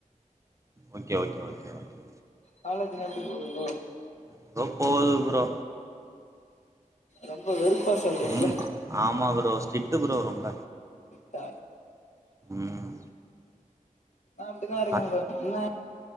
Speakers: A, on the right; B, on the left.
A: ஓகே ஓகே ஓகே ஓகே
B: காலேஜ்லா எப்டி போகுது ப்ரோ
A: எதோ போகுது ப்ரோ
B: ரொம்ப வெறுப்பா சொல்றீங்ளே
A: ரொம் ஆமா ப்ரோ ஸ்ட்ரிட்டு ப்ரோ ரொம்ப
B: ப
A: ம்
B: அப்டித்தா இருக்கு
A: கட்
B: ப்ரோ இன்ன